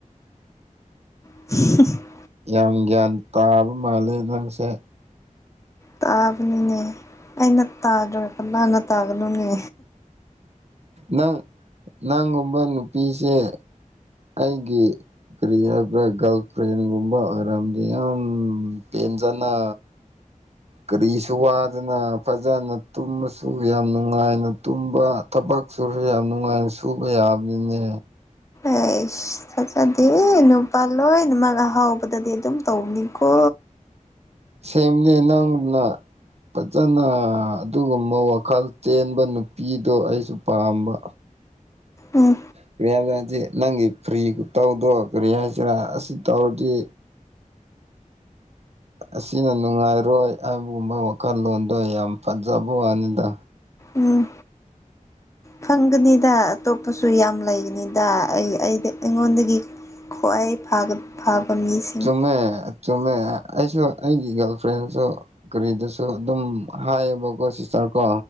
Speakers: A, on the left; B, on the right.
A: <unintelligible>
B: ꯌꯥꯝ ꯒ꯭ꯌꯥꯟ ꯇꯥꯕ ꯃꯥꯂꯦ ꯅꯪꯁꯦ
A: ꯇꯥꯕꯅꯤꯅꯦ ꯑꯩꯅ ꯇꯥꯗ꯭ꯔ ꯀꯂꯅ ꯇꯥꯒꯅꯨꯅꯦ
B: ꯅꯪ ꯅꯪꯒꯨꯝꯕ ꯅꯨꯄꯤꯁꯦ ꯑꯩꯒꯤ ꯀꯔꯤ ꯍꯥꯏꯕ꯭ꯔꯥ ꯒꯥꯔꯜ ꯐ꯭ꯔꯦꯟꯒꯨꯝꯕ ꯑꯣꯏꯔꯝꯗꯤ ꯌꯥꯝ ꯄꯦꯟꯖꯅ ꯀꯔꯤꯁꯨ ꯋꯥꯗꯅ ꯐꯖꯅ ꯇꯨꯝꯃꯁꯨ ꯌꯥꯝ ꯅꯨꯡꯉꯥꯏꯅ ꯇꯨꯝꯕ ꯊꯕꯛ ꯁꯨꯔꯁꯨ ꯌꯥꯝ ꯅꯨꯡꯉꯥꯏꯅ ꯁꯨꯕ ꯌꯥꯕꯅꯤꯅꯦ
A: ꯑꯩ ꯆꯠꯆꯗꯦ ꯅꯨꯄꯥ ꯂꯣꯏꯅꯃꯛ ꯑꯍꯥꯎꯕꯗꯗꯤ ꯑꯗꯨꯝ ꯇꯧꯅꯤꯀꯣ
B: ꯁꯦꯝꯅꯦ ꯅꯪꯅ ꯐꯖꯅ ꯑꯗꯨꯒꯨꯝꯕ ꯋꯥꯈꯜ ꯆꯦꯟꯕ ꯅꯨꯄꯤꯗꯣ ꯑꯩꯁꯨ ꯄꯥꯝꯕ
A: ꯎꯝ
B: ꯀꯔꯤꯌꯥꯁꯤ ꯅꯪꯒꯤ ꯐ꯭ꯔꯤꯒ ꯇꯧꯗꯣ ꯀꯔꯤꯌꯥ ꯍꯥꯏꯁꯤꯔꯥ ꯑꯁꯤ ꯇꯧꯔꯗꯤ ꯑꯁꯤꯅ ꯅꯨꯡꯉꯥꯏꯔꯣꯏ ꯍꯥꯏꯕꯒꯨꯝꯕ ꯋꯥꯈꯜꯂꯣꯟꯗꯣ ꯌꯥꯝ ꯐꯖꯕ ꯋꯥꯅꯤꯗ
A: ꯎꯝ ꯐꯪꯒꯅꯤꯗ ꯑꯇꯣꯞꯄꯁꯨ ꯌꯥꯝ ꯂꯩꯒꯅꯤꯗ ꯑꯩꯗꯤ ꯑꯩꯉꯣꯟꯗꯒꯤ ꯈ꯭ꯋꯥꯏ ꯐꯒ ꯐꯥꯕ ꯃꯤꯁꯦ
B: ꯆꯨꯝꯃꯦ ꯆꯨꯝꯃꯦ ꯑꯩꯁꯨ ꯑꯩꯒꯤ ꯒꯥꯔꯜ ꯐ꯭ꯔꯦꯟꯁꯨ ꯀꯔꯤꯗꯁꯨ ꯑꯗꯨꯝ ꯍꯥꯏꯌꯦꯕꯀꯣ ꯁꯤꯁꯇꯔ ꯀꯣ